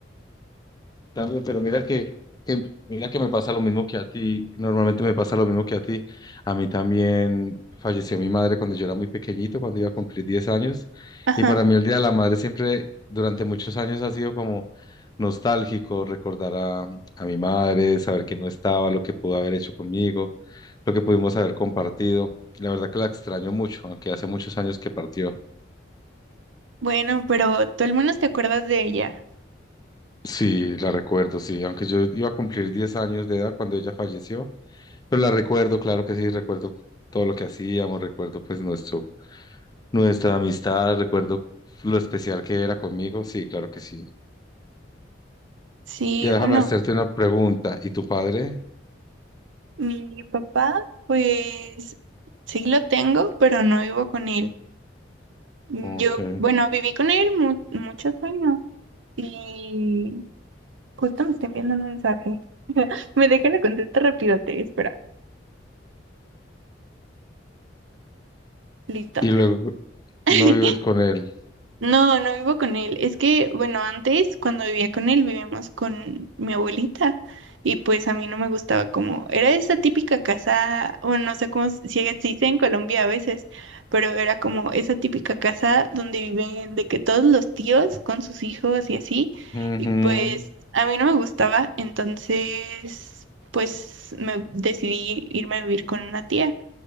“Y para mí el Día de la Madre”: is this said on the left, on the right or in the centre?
Left